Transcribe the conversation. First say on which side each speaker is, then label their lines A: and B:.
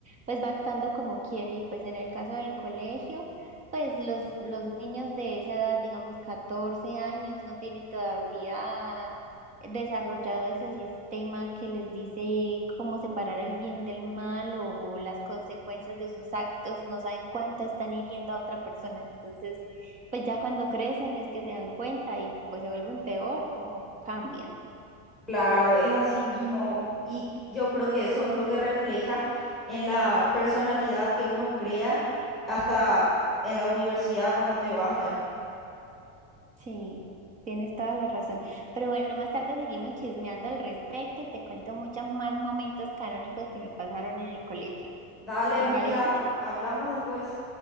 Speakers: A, on the right; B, in the centre.
A: pues va actuando como quiere y pues en el caso del colegio, pues los, los niños de esa edad, digamos 14 años, no tienen todavía desarrollado ese sistema que les dice cómo separar el bien del mal o, o las consecuencias de sus actos, no saben cuánto están hiriendo a otra persona, entonces pues ya cuando crecen es que se dan cuenta y pues se vuelven peor o cambian.
B: Claro, es así mismo y yo creo que eso es lo que refleja en la personalidad que uno crea hasta en la universidad cuando te vas ya.
A: Sí, tienes toda la razón. Pero bueno, más tarde seguimos chismeando al respecto y te cuento muchos más momentos canónicos que me pasaron en el colegio.
B: Dale,
A: ¿Te
B: amiga,
A: parece?
B: hablamos después.